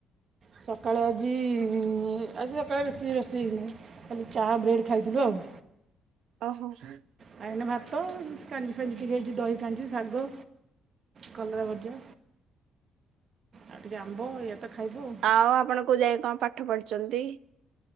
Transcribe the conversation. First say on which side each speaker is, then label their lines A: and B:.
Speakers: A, on the right (about 50°); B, on the right (about 80°).
A: ସକାଳେ ଆଜି ଆଜି ସକାଳେ ବେଶୀ ରୋଷେଇ ହେଇ ନି। ଖାଲି ଚା ବ୍ରେଡ଼୍ ଖାଇଥିଲୁ ଆଉ।
B: ଓହୋ ସେ
A: ଆ ଏଇନା ଭାତ କାଞ୍ଜି ଫାଞ୍ଜି ଟିକେ ହେଇଛି ଦହି କାଞ୍ଜି ଶାଗ କଲରା ଭଜା ଆଉ ଟିକେ ଆମ୍ବ ଏଇଆ ତ ଖାଇବୁ ଆଉ।
B: ଆଉ ଆପଣ କୋଉ ଯାଏ କଣ ପାଠ ପଢିଛନ୍ତି?